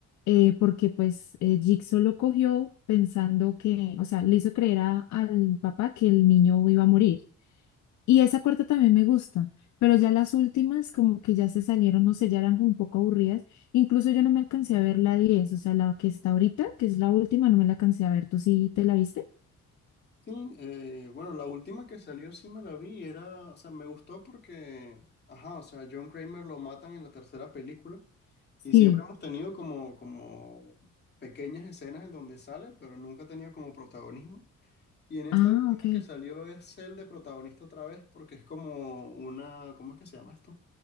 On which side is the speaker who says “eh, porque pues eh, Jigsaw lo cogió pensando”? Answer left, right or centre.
Left